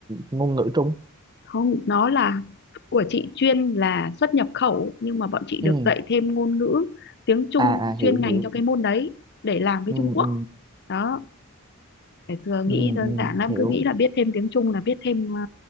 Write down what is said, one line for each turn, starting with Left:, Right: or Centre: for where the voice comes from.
Right: ngôn ngữ Trung
Left: không nó là của chị chuyên là xuất nhập khẩu nhưng mà bọn chị
Right: ừ
Left: được dạy thêm ngôn ngữ tiếng Trung
Right: à à
Left: chuyên
Right: hiểu
Left: ngành
Right: hiểu
Left: cho cái môn đấy để làm với
Right: ừ
Left: Trung Quốc.
Right: ừ
Left: Đó, ngày xưa
Right: ừ,
Left: nghĩ đơn
Right: ừ.
Left: giản lắm
Right: hiểu
Left: cứ nghĩ là biết thêm tiếng Trung là biết thêm ờ,